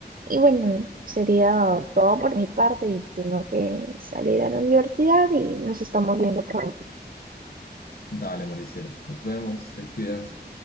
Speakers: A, on the right; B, on the left.
A: y bueno, sería todo por mi parte y tengo que salir a la universidad y nos estamos viendo pronto.
B: Dale, Maricielo, nos vemos, te cuidas.